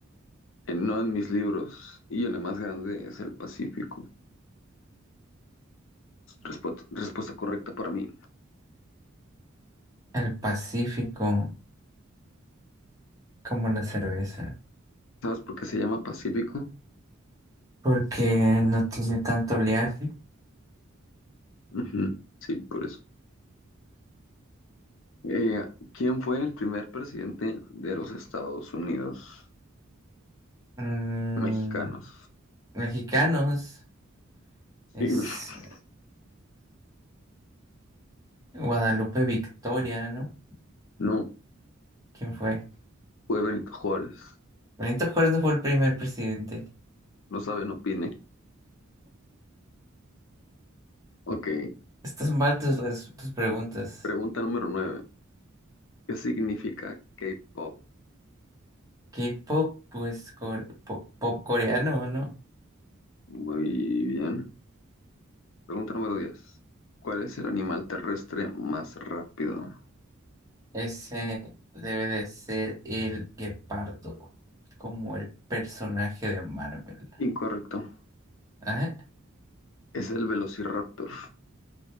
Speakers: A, on the left; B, on the right.
A: en- no en mis libros. Y el más grande es el Pacífico. Respu- respuesta correcta para mí.
B: El Pacífico, como la cerveza.
A: ¿Sabes por qué se llama Pacífico?
B: Porque no tiene tanto oleaje.
A: Ujú, Sí, por eso. Eh, ¿quién fue el primer presidente de los Estados Unidos
B: Mm,
A: mexicanos?
B: mexicanos
A: Sí,
B: es
A: <laughs>
B: Guadalupe Victoria, ¿no?
A: no,
B: ¿Quién fue?
A: fue Benito Juárez.
B: Benito Juárez no fue el primer presidente.
A: No sabe, no opine. Ok,
B: Estas mal tus, res- tus preguntas.
A: pregunta número nueve. ¿Qué significa K-pop?
B: K-pop, pues core- po- pop, coreano, ¿no?
A: Muy bien. Pregunta número 10. ¿Cuál es el animal terrestre más rápido?
B: Ese debe de ser el guepardo, como el personaje de Marvel.
A: Incorrecto.
B: Ajá,
A: Es el Velociraptor.